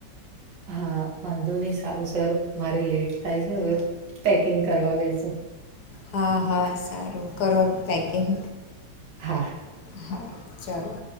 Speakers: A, on the right; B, on the left.
A: હા વાંધો નઈિ સારું સરું મારે લેટ થાય છે હવે પેકિંગ કરવા બેસુ
B: હા હા સારું કરો પેકિંગ
A: હા
B: હા ચાલો